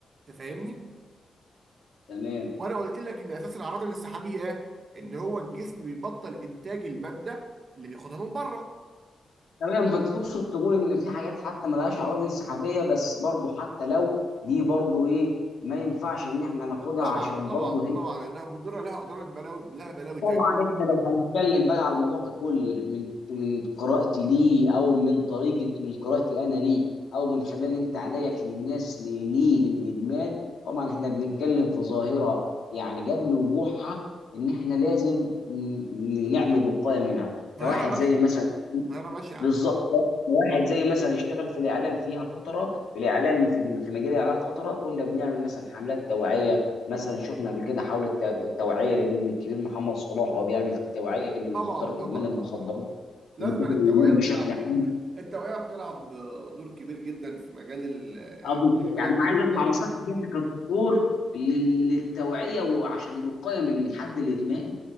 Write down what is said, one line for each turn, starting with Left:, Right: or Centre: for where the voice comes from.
Right: انت فاهمني
Left: تمام
Right: وانا قلت لك ان اساس الاعراض الانسحابيه ايه ان هو الجسم بيبطل انتاج الماده اللي بياخدها من بره
Left: تمام فانت تقصد تقول ان في حاجات حتى ملهاش عوامل انسحابيه بس برضه حتى لو دي برضه ايه ما ينفعش ان احنا ناخدها
Right: طبعا
Left: عشان
Right: طبعا
Left: برضه هي
Right: طبعا لانها مضره لها اضرار بلاوي لها بلاوي تانيه
Left: طبعا احنا لو هنتكلم بقى على الموضوع ككل من من قراءتي ليه او من طريقه من قراءتي انا ليه او من خلال انت عليك للناس ليه ليه للادمان طبعا احنا بنتكلم في ظاهره يعني قبل وقوعها ان احنا لازم ن- نعمل وقايه منها
Right: ظاهره
Left: كواحد
Right: بشعه
Left: زي مثلا
Right: ظاهره بشعه
Left: بالظبط واحد زي مثلا اشتغل في الاعلام فيها فتره في الاعلام في في مجال الاعلام فتره كنا بنعمل مثلا حملات توعيه مثلا شفنا قبل كده حاولة تو- توعيه للنجم الكبير محمد صلاح وهو بيعمل توعيه من
Right: طبعا
Left: خطر ادمان
Right: طبعا
Left: المخدرات
Right: آه، طبعا لازم
Left: ومخاطر
Right: التوعيه
Left: الادمان
Right: بتلعب
Left: بشكل عام
Right: دور كبير التوعيه بتلعب دور كبير جدا في مجال ال-
Left: آه، بالظبط.
Right: الحمايه
Left: يعني
Right: من
Left: انا
Right: الامراض
Left: عايز اسمع نصيحتك انت كدكتور لل- للتوعيه وعشان الوقايه من حد الادمان